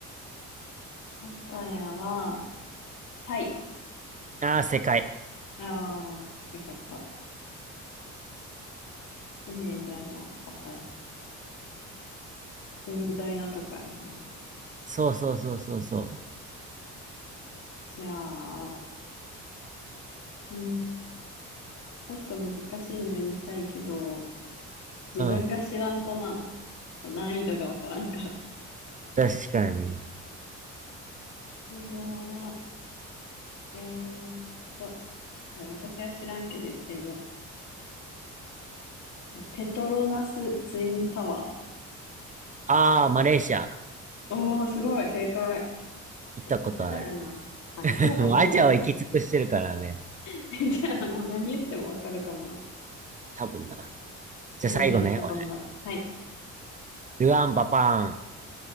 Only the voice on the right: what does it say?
ああ、世界。
そうそうそうそうそ
う。うん、
確かに。
ああ、マレーシア。
行ったことある。
<laughs>
もうアジアは行き尽くしてるからね。
多分な。じゃあ最後ね、
俺。
ルアンバパ